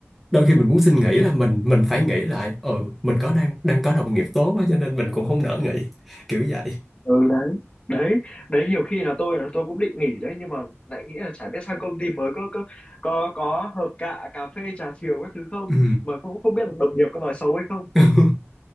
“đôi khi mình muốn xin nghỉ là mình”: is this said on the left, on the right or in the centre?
Centre